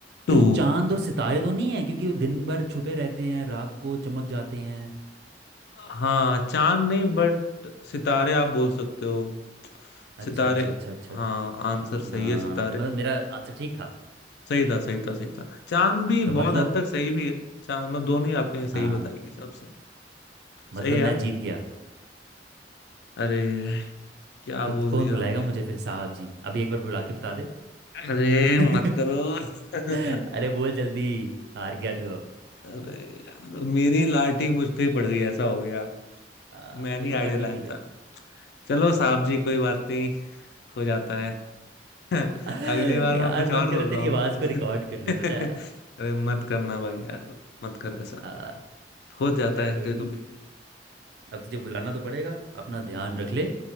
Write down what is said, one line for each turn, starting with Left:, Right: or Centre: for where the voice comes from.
Left: टू
Right: कहीं चांद और सितारे तो नहीं है क्योंकि वो दिन भर छुपे रहते हैं रात को चमक जाते हैं
Left: हाँ चांद नहीं बट सितारे आप बोल सकते हो
Right: अच्छा
Left: सितारे
Right: अच्छा अच्छा अच्छा
Left: हाँ
Right: अच्छा अच्छा अच्छा
Left: आंसर सही
Right: हाँ
Left: है सितारे
Right: तो मतलब मेरा आंसर ठीक था
Left: सही था सही था सही था चांद भी बहुत
Right: तो मतलब
Left: हद तक सही भी है चांद मतलब दोनों ही आपने सही
Right: हाँ
Left: बताया के हिसाब से
Right: मतलब
Left: सही है यार
Right: मैं जीत गया
Left: अरे क्या
Right: तो
Left: बोल
Right: कौन
Left: दिया
Right: बुलाएगा
Left: आपने
Right: मुझे फिर साहब जी अभी एक बार बुला के बता दे
Left: अरे
Right: <laughs>
Left: मत करो <laughs>
Right: अरे बोल जल्दी हार गया तू अब
Left: अरे यार मेरी लाठी मुझ पे ही पड़ गई ऐसा हो गया
Right: हाँ,
Left: मैं नहीं
Right: ये तो
Left: आइडिया
Right: पढ़नी
Left: लाया
Right: थी भाई
Left: था चलो साहब
Right: हाँ
Left: जी कोई बात नहीं हो जाता है <laughs>
Right: <laughs>
Left: अगली बार
Right: यार
Left: मैं कुछ
Right: मन
Left: और
Right: करे
Left: बुलवाऊंगा
Right: तेरी आवाज़ को रिकॉर्ड
Left: <laughs>
Right: कर लूँ
Left: अरे
Right: पता है
Left: मत करना भाई यार मत कर ऐसा
Right: हाँ
Left: हो जाता
Right: चल कोई
Left: है कभी
Right: नहीं
Left: कभी
Right: अब तुझे बुलाना तो पड़ेगा अपना ध्यान रख ले